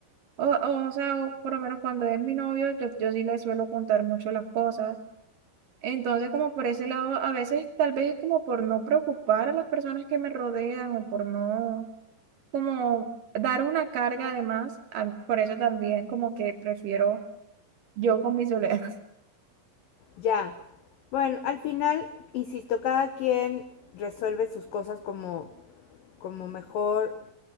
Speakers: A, on the right; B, on the left.
A: O, o, o sea, o por lo menos cuando es mi novio, yo, yo sí le suelo contar mucho las cosas. Entonces, como por ese lado, a veces tal vez es como por no preocupar a las personas que me rodean o por no, como dar una carga además, por eso también como que prefiero yo con mi soledad. <laughs>
B: Ya. Bueno, al final, insisto, cada quien resuelve sus cosas como, como mejor